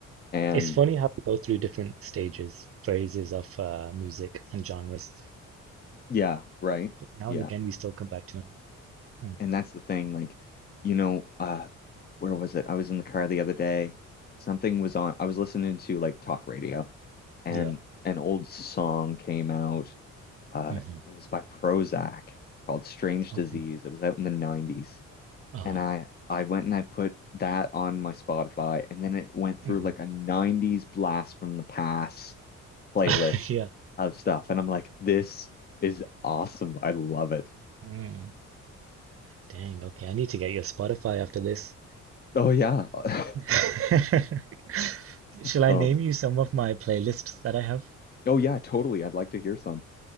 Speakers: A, on the left; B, on the right.
A: And
B: It's funny how we go through different stages, phases of uh, music and genres,
A: yeah, right.
B: but now
A: Yeah.
B: and again we still come back to them. Mm,
A: And that's the thing, like, you know, uh where was it? I was in the car the other day. Something was on I was listening to like talk radio and
B: yeah.
A: an old song came out Uh,
B: hmm
A: it was by Prozac called Strange
B: Okay.
A: Disease. It was out in the 90s.
B: Uh-huh.
A: And I I went and I put that on my Spotify and then it went through
B: hmm
A: like a 90s blast from the past playlist
B: <laughs> Yeah.
A: of stuff. And I'm like, this is awesome. I love it.
B: Mm. Dang. Okay. I need to get your Spotify after this.
A: Oh yeah. <laughs>
B: <laughs> Shall I
A: Um,
B: name you some of my playlists that I have?
A: oh yeah, totally. I'd like to hear some.